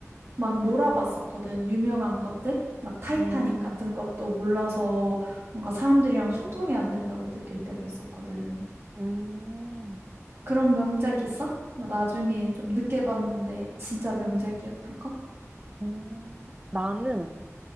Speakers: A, on the right; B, on the right.
A: 막 몰아봤었거든. 유명한 것들? 막 타이타닉
B: 음,
A: 같은 것도 몰라서 뭔가 사람들이랑 소통이 안 된다고 느낄 때가 있었거든.
B: 음,
A: 그런 명작이 있어? 나 나중에 좀 늦게 봤는데 진짜 명작이었던 거?
B: 음. 나는